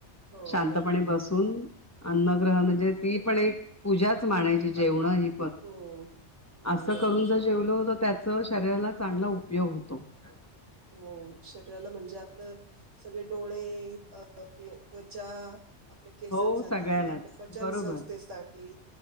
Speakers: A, on the right (about 80°); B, on the left (about 15°).
A: हो.
B: शांतपणे
A: बरोबर.
B: बस पण अन्नग्रह म्हणजे ती पण एक पूजाच मानायची जेवण हे
A: हो हो
B: असं
A: बरोबर
B: करून जर
A: आहे
B: जेवल तर त्याच शरीराला चांगला उपयोग होतो. ह
A: हो शरीराला म्हणजे आपलं सगळे डोळे अ त्वचा आपल्या केसांसाठी
B: हो सगळ्यालाच
A: आपल्या पचन
B: बरोबर
A: संस्थेसाठी